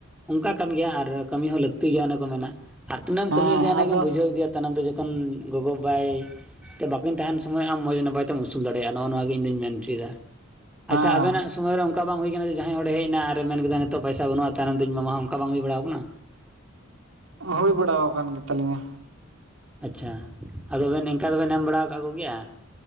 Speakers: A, in the centre; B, on the right.
A: ᱚᱱᱠᱟ ᱠᱟᱱ ᱜᱮᱭᱟ ᱟᱨ ᱠᱟᱹᱢᱤ ᱦᱚᱸ ᱞᱟᱹᱠᱛᱤ ᱜᱮᱭᱟ ᱚᱱᱮ ᱠᱚ ᱢᱮᱱᱟ, ᱟᱨ ᱛᱤᱱᱟᱹᱜ ᱮᱢ
B: ᱦᱮᱸ
A: ᱠᱟᱹᱢᱤ ᱤᱫᱤᱭᱟ ᱚᱱᱟᱜ
B: ᱟᱫᱚ
A: ᱜᱮᱢ ᱵᱩᱡᱷᱟᱹᱣ ᱤᱫᱤᱭᱟ ᱛᱟᱭᱚᱢ ᱛᱮ ᱡᱚᱠᱷᱚᱱ ᱜᱚᱜᱚ ᱵᱟᱵᱟᱭ, ᱵᱟᱠᱤᱱ ᱛᱟᱸᱦᱮᱱ ᱥᱚᱢᱚᱭ ᱟᱢ ᱢᱚᱸᱡᱽ ᱱᱟᱯᱟᱭ ᱛᱮᱢ ᱟᱹᱥᱩᱞ ᱫᱟᱲᱮᱭᱟᱜᱼᱟ ᱱᱚᱜᱼᱚ ᱱᱚᱣᱟ ᱜᱮ ᱤᱧ ᱫᱚᱧ ᱢᱮᱱ ᱦᱚᱪᱚᱭᱮᱫᱟ
B: ᱦᱮᱸ
A: ᱟᱪᱪᱷᱟ ᱟᱵᱮᱱᱟᱜ, ᱚᱱᱟ ᱥᱚᱢᱚᱭ ᱨᱮ ᱚᱱᱠᱟ ᱵᱟᱝ ᱦᱩᱭ ᱟᱠᱟᱱᱟ ᱡᱟᱦᱟᱸᱭ ᱦᱚᱲ ᱮ ᱦᱮᱡ ᱮᱱᱟ ᱟᱨᱮ ᱢᱮᱱ ᱠᱮᱫᱟ ᱱᱤᱛᱚᱜ ᱯᱩᱭᱥᱟ ᱵᱟᱹᱱᱩᱜᱼᱟ ᱛᱟᱭᱱᱚᱢ ᱛᱮᱧ ᱮᱢᱟᱢᱟ ᱚᱱᱠᱟ ᱵᱟᱝ ᱦᱩᱭ ᱵᱟᱲᱟᱣ ᱟᱠᱟᱱᱟ
B: ᱦᱩᱭ ᱵᱟᱲᱟᱣ ᱟᱠᱟᱱ ᱜᱮ ᱛᱟᱞᱤᱧᱟ,
A: ᱟᱪᱪᱷᱟ ᱟᱫᱚᱵᱮᱱ ᱤᱱᱠᱟ ᱫᱚᱵᱮᱱ ᱮᱢ ᱵᱟᱲᱟ ᱟᱠᱟᱫ ᱠᱚ ᱜᱮᱭᱟ